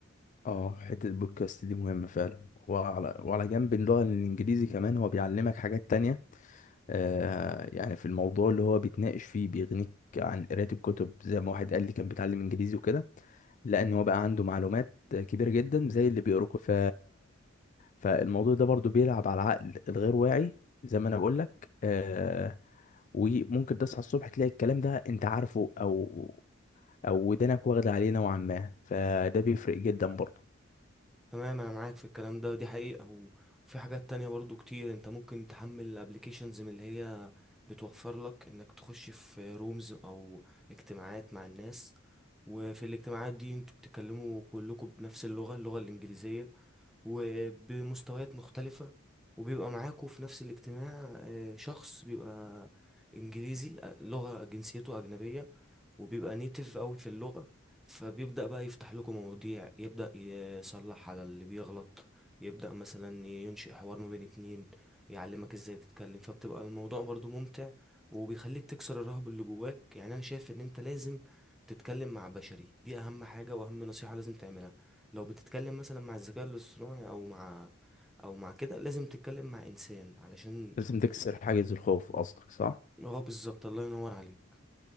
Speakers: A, on the left; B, in the centre.
A: اه حته البودكاست دي مهمه فعلا وعلى وعلى جنب اللغه الانجليزي كمان هو بيعلمك حاجات تانية آه يعني في الموضوع اللي هو بيتناقش فيه بيغنيك عن قرايه الكتب زي ما واحد قال لي كان بيتعلم انجليزي وكده لان هو بقى عنده معلومات كبيره جدا زي اللي بيقرا كتب. ف فالموضوع ده برضو بيلعب على العقل الغير واعي زي ما انا بقول لك آه وممكن تصحى الصبح تلاقي الكلام ده انت عارفه او او ودانك واخده عليه نوعا ما فده بيفرق جدا برضه
B: تمام انا معاك في الكلام ده دي حقيقة و- وفي حاجات تانية برضو كتير انت ممكن تحمل applications من اللي هي بتوفر لك انك تخش في رومز او اجتماعات مع الناس وفي الاجتماعات دي انتوا بتتكلموا كلكم بنفس اللغة اللغة الانجليزية وبمستويات مختلفة وبيبقى معاكوا في نفس الاجتماع آه، شخص بيبقى إنجليزي آه، لغة جنسيته أجنبية وبيبقى نيتف قوي في اللغة فبيبدأ بقى يفتح لكم مواضيع يبدأ يصلح على اللي بيغلط يبدأ مثلا ينشئ حوار ما بين اتنين يعلمك ازاي تتكلم فبتبقى الموضوع برضو ممتع وبيخليك تكسر الرهب اللي جواك يعني انا شايف ان انت لازم تتكلم مع بشري دي اهم حاجة واهم نصيحة لازم تعملها لو بتتكلم مثلا مع الذكاء الاصطناعي او مع او مع كده لازم تتكلم مع انسان علشان
A: لازم تكسر حاجز الخوف قصدك صح
B: هو بالظبط الله ينور عليك